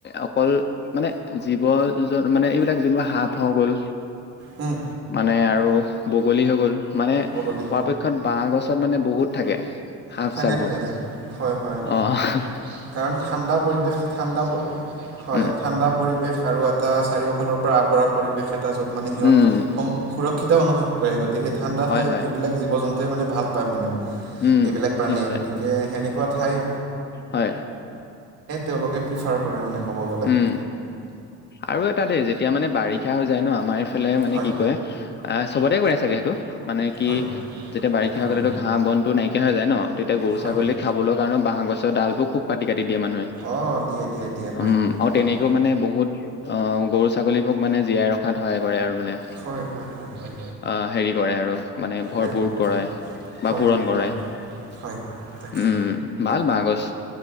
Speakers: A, on the left; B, on the right.
A: অকল মানে জীৱ জন মানে এইবিলাক যোনবোৰ সাপ হ গ'ল।
B: হেঁহ
A: মানে আৰু বগলী হৈ গ'ল মানে
B: বগলী
A: পৱাপক ত বাঁহ গছত মানে বহুত থাকে, সাপ
B: থাকে
A: চাপবোৰ
B: থাকে থাকে হয় হয় হয়
A: অঁহ।
B: কাৰণ ঠাণ্ডা পৰিৱেশ ঠাণ্ডা পৰি, হয়।
A: উম
B: ঠাণ্ডা পৰিৱেশ আৰু এটা চাৰিওফালৰ পৰা আৱৰা পৰিৱেশ এটা য'ত মানে সিহঁত
A: উম
B: সুৰক্ষিত অনুভৱ কৰে, গতিকে ঠাণ্ডা
A: হয়
B: ঠাইত
A: হয়
B: এইবিলাক জীৱ জন্তুৱে মানে ভাল পায় মানে।
A: উম
B: এইবিলাক প্ৰাণীয়ে
A: নিশ্চয়
B: গতিকে সেনেকুৱা ঠাই
A: হয়
B: তেওঁলোকে প্ৰিফাৰ কৰে। কৰে মানে ক'ব গ'লে।
A: উম আৰু এটা দেই যেতিয়া মানে বাৰিষা হৈ যায় ন' আমাৰ ইফালে মানে
B: হয়
A: কি কয় আহ চবতে কৰা চাগে সেইটো, মানে কি
B: হয়
A: যেতিয়া বাৰিষা
B: ভুৰবন
A: হৈ গ'লেটো ঘাঁহ বনটো নাইকা কে হৈ যায় ন তেতিয়া গৰু
B: হয়
A: ছাগলী খাবৰ কাৰণে বাঁহ গছ ডালবোৰ খুব কাটি কাটি দিয়ে মানুহে।
B: অ দিয়ে দিয়ে। দিয়ে হয়
A: উম আৰু
B: বাহ
A: তেনেকৈও মানে বহুত অ গৰু-ছাগলীবোৰ মানে জীয়াই ৰখাত সহায় কৰে আৰু মানে।
B: হয় হয় হয় হয়।
A: আ হেৰি কৰে আৰু মানে ভৰপূৰ
B: হয় হয়
A: কৰায় বা
B: হয়
A: পূৰণ
B: হয়
A: কৰে।
B: হয়
A: উম,
B: হয় তাকে
A: ভাল ভাল গছ